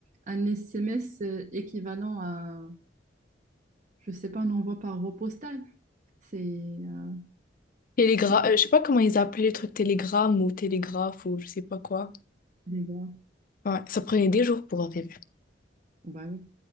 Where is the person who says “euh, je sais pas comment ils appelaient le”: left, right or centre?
Left